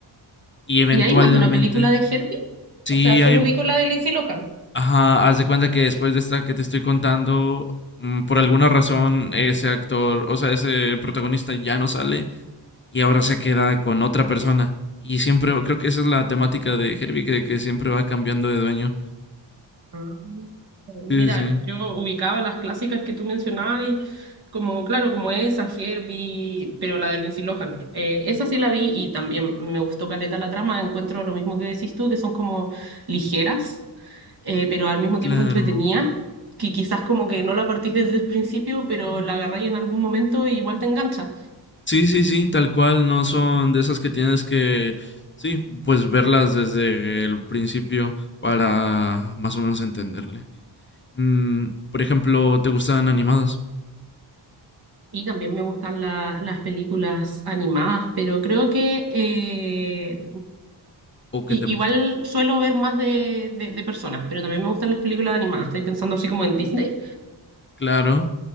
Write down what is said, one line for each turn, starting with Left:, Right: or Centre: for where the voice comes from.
Left: Y eventualmente,
Right: ¿Y hay más de una película de Herbie?
Left: sí,
Right: O sea, solo
Left: hay,
Right: ubico la de Lindsay Lohan.
Left: Ajá, haz de cuenta que después de esta que te estoy contando, mm, por alguna razón ese actor, o sea, ese protagonista ya no sale y ahora se queda con otra persona. Y siempre, creo que esa es la temática de Herbie, que, que siempre va cambiando de dueño.
Right: Ah, Mira,
Left: Sí, sí,
Right: yo ubicaba las clásicas que tú mencionabas y como, claro, como esa, Herbie, pero la de Lindsay Lohan. Eh, esa sí la vi y también me gustó caleta la trama. Encuentro lo mismo que decís tú, que son como ligeras, eh, pero al mismo tiempo
Left: claro.
Right: entretenidas, que quizás como que no la partís desde el principio, pero la agarráis en algún momento y igual te engancha.
Left: Sí, sí, sí, tal cual, no son de esas que tienes que, sí, pues verlas desde el principio para más o menos entenderle. Mm, por ejemplo, ¿te gustan animadas
Right: Y también me gustan la- las películas animadas, pero creo que eh,
Left: o qué
Right: Y,
Left: te gustan?
Right: igual suelo ver más de, de, de personas, pero también me gustan las películas animadas. Estoy pensando así como en Disney.
Left: Claro.